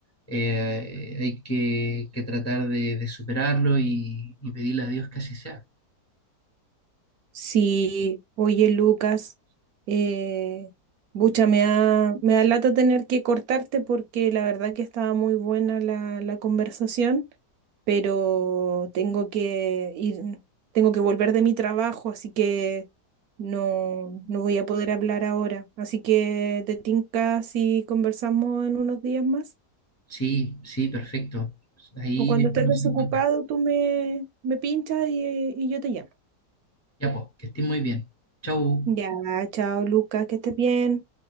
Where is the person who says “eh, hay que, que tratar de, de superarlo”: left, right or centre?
Left